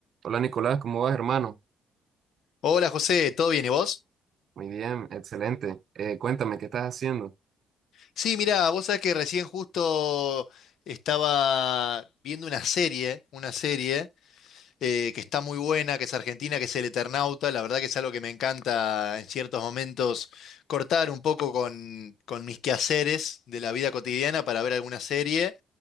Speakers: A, on the right; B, on the left.
A: Hola Nicolás, ¿cómo vas, hermano?
B: Hola José, ¿todo bien y vos?
A: Muy bien, excelente. Eh, cuéntame, ¿qué estás haciendo?
B: Sí, mirá, vos sabés que recién justo estaba viendo una serie, una serie eh, que está muy buena, que es argentina, que es El Eternauta. La verdad que es algo que me encanta en ciertos momentos cortar un poco con, con mis quehaceres de la vida cotidiana para ver alguna serie